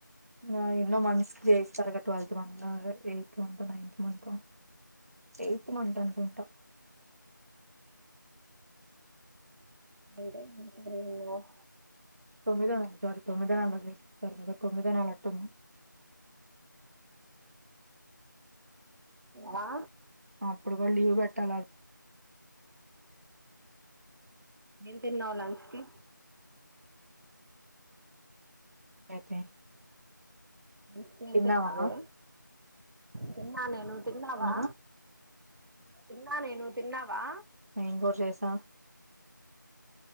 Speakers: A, on the right; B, on the right.
A: నొ ఏన్నో మంత్స్ చేయిస్తారు గ ట్వెల్త్ మంత్ అదే ఎయిత్ మంతో నైన్త్ మంతో ఎయిత్ మంత్ అనుకుంటా
B: అంటే <unintelligible>
A: తొమ్మిద పంతొమ్మిద <unintelligible> తొమ్మిదోనాలు అంటన్న
B: ఆ
A: అప్పుడు కూడా లీవ్ పెట్టాల
B: ఏం తిన్నావు లంచ్ కి
A: అయితే
B: అయితే ఏం
A: తిన్నావా?
B: తిన్నావే తిన్నా నేను తిన్నావా
A: ఆ!
B: తిన్నా నేను తిన్నావా
A: ఏం కూర చేసావ్